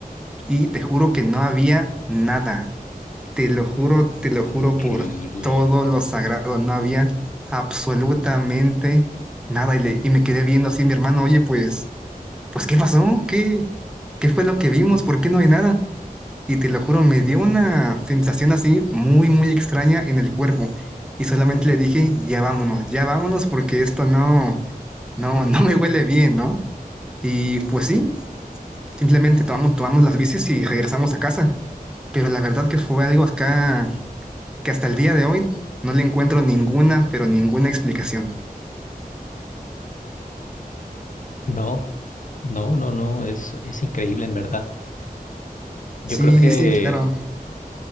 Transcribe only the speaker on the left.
Increíble.
No, no, no, no, es, es increíble en verdad. Yo
creo que,